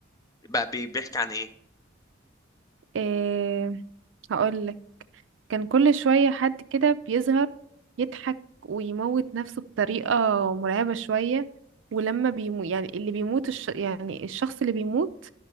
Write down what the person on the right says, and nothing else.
إيه هقول لك كان كل شويه حد كده بيظهر يضحك ويموت نفسه بطريقه مرعبه شويه ولما بيمو يعني اللي بيموت الش... يعني الشخص اللي بيموت